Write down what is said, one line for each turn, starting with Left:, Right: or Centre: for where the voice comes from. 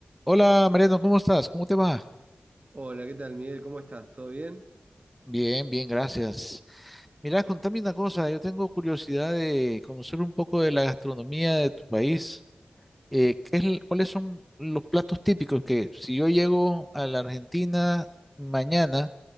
Centre: Hola Mariano, ¿cómo estás? ¿Cómo te va?
Right: Hola, ¿qué tal, Miguel? ¿Cómo estás? ¿Todo bien?
Centre: Bien, bien, gracias. Mira, contame una cosa, yo tengo curiosidad de conocer un poco de la gastronomía de tu país. Eh, ¿qué es, el- cuáles son los platos típicos que si yo llego a la Argentina mañana,